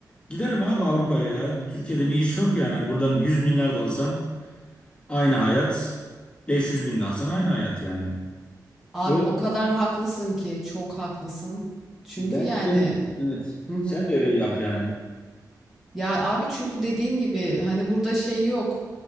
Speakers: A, on the left; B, in the centre.
A: Giderim abi Avrupa'ya ya. Türkiye'de bir iş yok yani. Hani buradan 100 milyar da alsan aynı hayat. 500 bin de alsan aynı hayat yani.
B: Abi
A: O
B: o kadar haklısın ki çok haklısın. Çünkü
A: bence
B: yani
A: evet.
B: hı hı.
A: Sen de öyle yap yani.
B: Ya abi çünkü dediğin gibi hani burada şey yok.